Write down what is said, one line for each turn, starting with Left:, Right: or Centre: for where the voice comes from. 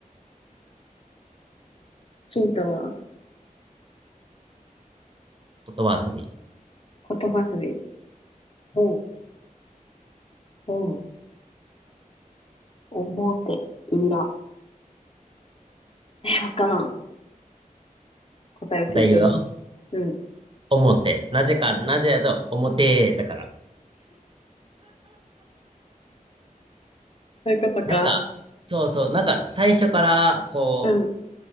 Left: ヒントは
Right: 言葉遊び。
Left: 言葉遊び。本。本、表、裏。えわからん。答え教えて。
Right: 答え言うよ。
Left: うん。
Right: 表。なぜか、なぜだと表だから。
Left: そういうことか。
Right: なんか、そうそう、なんか最初からこう、
Left: うん。